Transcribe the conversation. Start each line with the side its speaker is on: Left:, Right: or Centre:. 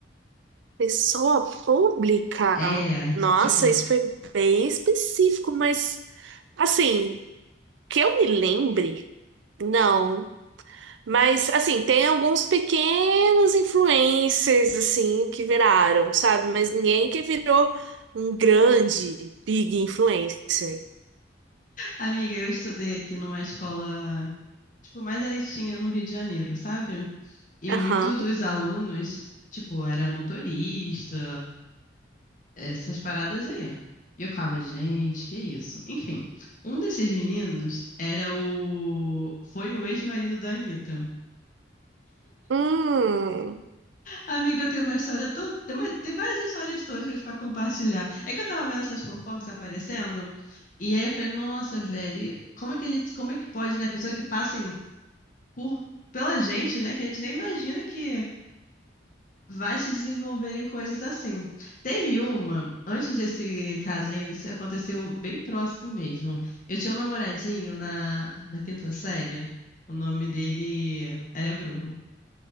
Right: pessoa pública.
Left: É,
Right: Nossa,
Left: tipo,
Right: isso foi bem específico, mas assim, que eu me lembre, não. Mas assim, tem alguns pequenos influencers assim que viraram, sabe? Mas ninguém que virou um grande big influencer.
Left: amiga, eu estudei aqui numa escola, tipo, mais eleitinha no Rio de Janeiro, sabe? E
Right: Aham.
Left: muito dos alunos, tipo, era motorista, essas paradas aí. E eu ficava, gente, que isso? Enfim, um desses meninos era o. Foi o ex-marido da Anitta.
Right: Hum,
Left: Amiga, eu tenho uma história tão. Tem, uma- tem várias histórias toscas pra compartilhar. É que eu tava vendo essas fofocas aparecendo, e aí eu falei, nossa, velho, como é que a gente. Como é que pode, né? Pessoa que passem por. Pela gente, né? Que a gente nem imagina que vai se desenvolver em coisas assim. Teve uma, antes desse caso ainda, isso aconteceu bem próximo mesmo. Eu tinha um namoradinho na, na quinta série, o nome dele era Bruno.